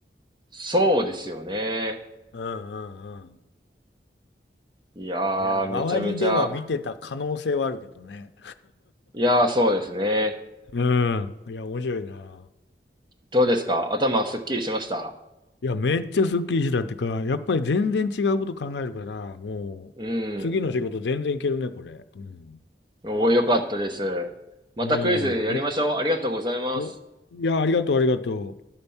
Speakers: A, on the right (about 25°); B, on the left (about 80°).
A: そうですよね。
B: うんうんうん。
A: いやー、
B: いや、周りでは見てた可能性はあるけどね。
A: めちゃめちゃ、いやー、そうですね。
B: うん。いや、面白いな。
A: どうですか頭すっきりしました
B: いや、めっちゃスッキリしたってか、やっぱり全然違うこと考えるから、もう、
A: うん。
B: 次の仕事全然いけるね、これ。うん。
A: おー、よかったです。またクイズやりましょう。
B: うん。め、
A: ありがとうございます。
B: お、いや、ありがとう、ありがとう。